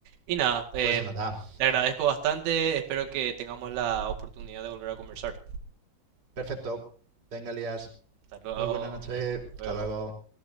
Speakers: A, on the right; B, on the right.
A: Y nada, eh,
B: Pues nada,
A: te agradezco bastante. Espero que tengamos la oportunidad de volver a conversar.
B: perfecto. Venga, Elías.
A: Hasta luego.
B: Muy buena noche.
A: Hasta
B: Hasta
A: luego.
B: luego.